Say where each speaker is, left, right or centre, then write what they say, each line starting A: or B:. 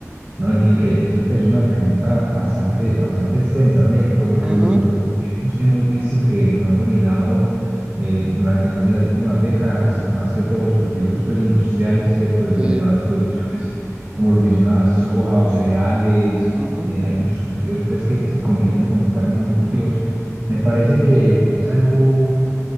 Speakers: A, on the right; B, on the right.
A: No, Enrique, eso es una pregunta bastante, bastante extensa, ¿cierto? Porque
B: Ujú,
A: los motocultivos hemos visto que nos han dominado eh, durante casi las últimas décadas, más que todos los cultivos pues, industriales, ¿cierto? De,
B: Sí.
A: de elevadas producciones, como lo mencionabas, soja o cereales,
B: ujú,
A: eh, hay muchos cultivos pues, que se convierten como tal en monocultivos. Me parece que es algo